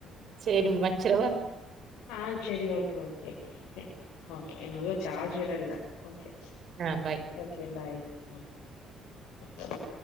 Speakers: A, on the right (about 55°); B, on the left (about 85°).
A: சேரிம் வச்ரவா
B: ஆ சேரி ஓகே ஓகே ஓகே ஓகே நல்லா ஜார்ச் வேர இல்ல ஓகே
A: ஆ பை.
B: ஓகே பாய் ம்